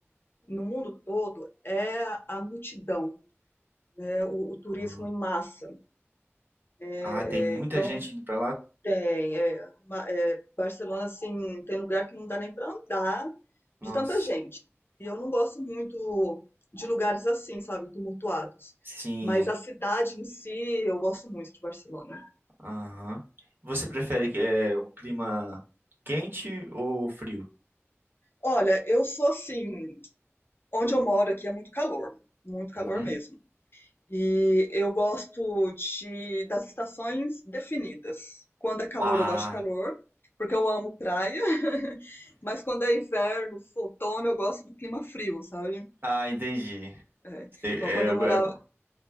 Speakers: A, on the left; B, on the right.
A: no mundo todo, é a multidão, é o, o turismo
B: Ah,
A: em massa. É,
B: Ah, tem muita
A: é, então,
B: gente indo pra lá.
A: Tem, é, Ma- é, Barcelona, assim, tem lugar que não dá nem para andar
B: Nossa.
A: de tanta gente. E eu não gosto muito de lugares assim, sabe, tumultuados.
B: Sim.
A: Mas a cidade em si, eu gosto muito de Barcelona.
B: Aham. Você prefere que é um clima quente ou frio?
A: Olha, eu sou assim, onde eu moro aqui é muito calor, muito calor
B: Uhum.
A: mesmo. E eu gosto de, das estações definidas. Quando é calor,
B: Ah,
A: eu gosto de calor, porque eu amo praia. <laughs> Mas quando é inverno, outono, eu gosto do clima frio, sabe?
B: ah, entendi.
A: É,
B: Cê-
A: igual
B: É,
A: quando eu
B: é
A: morava.
B: bom.